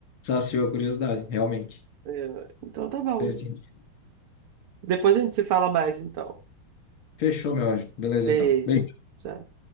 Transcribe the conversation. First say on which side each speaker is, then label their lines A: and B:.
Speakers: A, on the left; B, on the right.
A: Saciou a curiosidade, realmente.
B: É, Então tá bom.
A: Fez sentido.
B: Depois a gente se fala mais, então.
A: Fechou, meu anjo. Beleza,
B: Beijo.
A: então. Beijo.
B: Tchau.